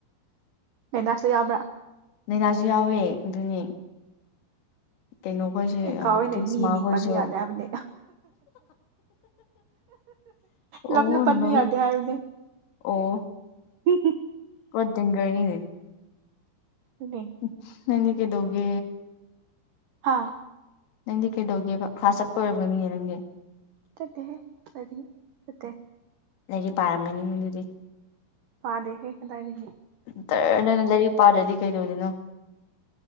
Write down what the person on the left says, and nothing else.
ꯅ ꯅꯖꯤ ꯌꯥꯎꯋꯦ ꯑꯗꯨꯅꯤ ꯀꯩꯅꯣꯈꯣꯏꯁꯨ
ꯇ꯭ꯔꯤꯁꯃꯥꯈꯣꯏꯁꯨ
ꯑꯣ
ꯅꯣ
ꯑꯣ
ꯀꯣꯏ ꯤꯡꯒꯔꯅꯤꯅꯦ
ꯎ ꯅꯅꯤ ꯀꯦꯗꯒꯦ
ꯅꯪꯗꯤ ꯀꯩꯗꯧꯒꯦꯕ ꯈꯥꯁ ꯆꯠꯄ ꯑꯣꯏꯔꯝꯒꯅꯤꯌꯦ ꯅꯪꯒꯤ
ꯑꯗꯒꯤ ꯄꯥꯔꯝꯝꯕꯅꯤ ꯎꯦ
ꯇꯔ ꯅꯪ ꯂꯥꯏꯔꯤꯛ ꯄꯥꯗꯗꯤ ꯀꯩ ꯇꯣꯗꯅꯣ